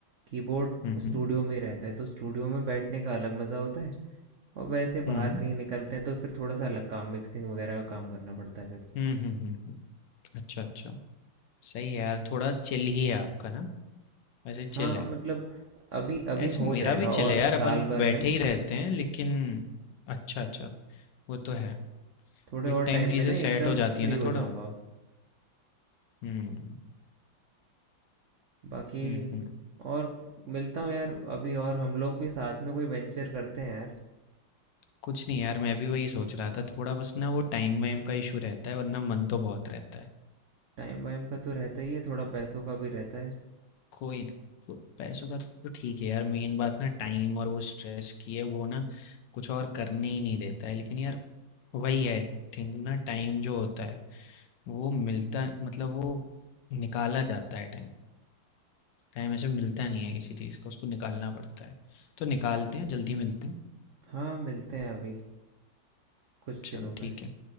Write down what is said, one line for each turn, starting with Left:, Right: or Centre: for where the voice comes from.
Right: कीबोर्ड
Left: हम्म
Right: स्टूडियो
Left: हम्म
Right: में ही रहता है तो स्टूडियो में बैठने का अलग मज़ा होता है और वैसे
Left: हम्म
Right: बाहर कहीं निकलते हैं तो फिर थोड़ा सा अलग काम मिक्सिंग वगैरह का काम करना पड़ता है फिर
Left: हुँ, हुँ, हुँ, हुँ। अच्छा, अच्छा। सही है यार, थोड़ा चिल ही है आपका ना? वैसे चिल
Right: हाँ,
Left: है।
Right: मतलब अभी अभी
Left: ऐसे
Right: हो
Left: मेरा
Right: जाएगा
Left: भी
Right: और
Left: चिल है यार,
Right: साल
Left: अपन
Right: भर
Left: बैठे
Right: में
Left: ही रहते हैं लेकिन अच्छा, अच्छा, वो तो है।
Right: थोड़े
Left: विद
Right: और
Left: टाइम
Right: टाइम
Left: चीज़ें
Right: में ना एकदम
Left: सेट हो जाती
Right: फ्री
Left: है ना
Right: हो
Left: थोड़ा।
Right: जाऊंगा
Left: हुँ,
Right: बाकी
Left: हुँ, हुँ।
Right: और मिलता हूँ यार अभी और हम लोग भी साथ में कोई वेंचर करते हैं यार
Left: कुछ नहीं यार, मैं भी वही सोच रहा था, थोड़ा बस ना वो टाइम वाइम का इशू रहता है वरना मन तो बहुत रहता है।
Right: टाइम वाइम का तो रहता ही है थोड़ा पैसों का भी रहता है
Left: कोई को- पैसों का तो ठीक है यार मेन बात ना टाइम और वो स्ट्रेस की है वो ना कुछ और करने ही नहीं देता है लेकिन यार वही है आई थिंक ना टाइम जो होता है वो मिलता मतलब वो निकाला जाता है टाइम टाइम ऐसे मिलता नहीं है किसी चीज़ का उसको निकालना पड़ता है तो निकालते हैं जल्दी मिलते हैं
Right: हाँ मिलते हैं अभी कुछ
Left: चलो
Right: दिनों में
Left: ठीक है